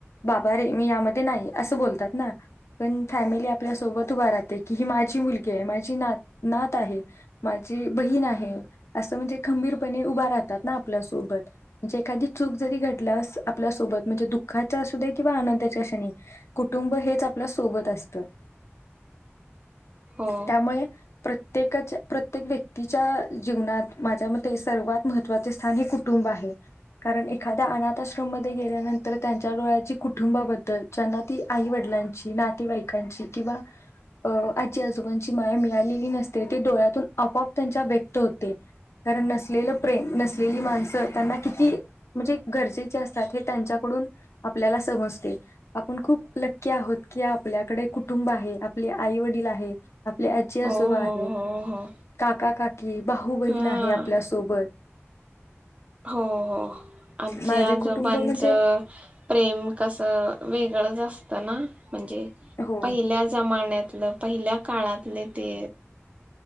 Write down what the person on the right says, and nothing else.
हो
हो हो
हो हो हो
हा
हो हो आजीआजोबांचं
प्रेम कसं वेगळंच असतना. म्हणजे
पहिल्या जमान्यातलं, पहिल्या काळातले ते